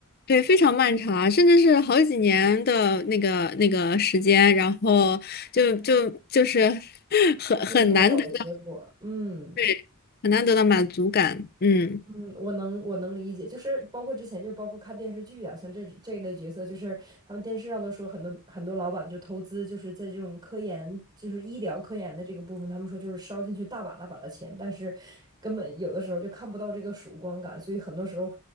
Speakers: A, on the left (about 45°); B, on the right (about 20°).
A: 对，非常漫长啊，甚至是好几年的那个那个时间，然后就就就是 <laughs> 很很难得到，
B: 也没有结果，嗯。
A: 对，很难得到满足感，嗯，
B: 嗯，我能我能理解，就是包括之前就包括看电视剧啊，像这这一类角色，就是他们电视上都说很多很多老板就投资，就是在这种科研，就是医疗科研的这个部分，他们说就是烧进去大把大把的钱，但是根本有的时候就看不到这个曙光感，所以很多时候